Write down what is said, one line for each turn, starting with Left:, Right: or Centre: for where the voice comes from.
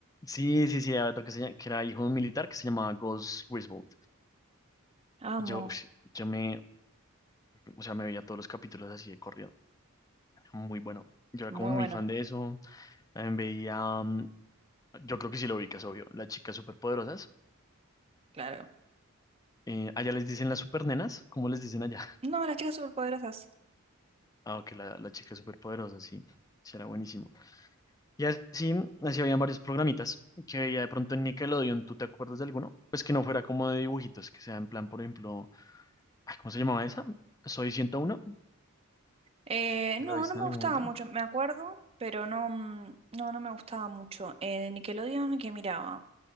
Left: Sí, sí, sí, había otro que, se llama- que era hijo de un militar que se llamaba Gus Griswold.
Right: Amo.
Left: Y yo, ush, yo me, o sea, me veía todos los capítulos así de corrido. Muy bueno. Yo era
Right: Muy
Left: como muy
Right: bueno,
Left: fan de eso. También veía, mm, yo creo que sí lo ubicas, obvio, las chicas superpoderosas.
Right: claro.
Left: Eh, allá les dicen las supernenas, ¿cómo les dicen allá? <laughs>
Right: No, las chicas superpoderosas.
Left: Ah, ok, la, la chica superpoderosa, sí, sí era buenísimo. Y así, así habían varios programitas que veía de pronto en Nickelodeon. ¿Tú te acuerdas de alguno? Pues que no fuera como de dibujitos, que sea en plan, por ejemplo, ay, ¿cómo se llamaba esa? Soy 101.
Right: Eh,
Left: ¿Ya
Right: no,
Left: la viste
Right: no me
Left: en algún
Right: gustaba
Left: momento?
Right: mucho, me acuerdo, pero no, mm, no, no me gustaba mucho. Eh, de Nickelodeon, qué miraba?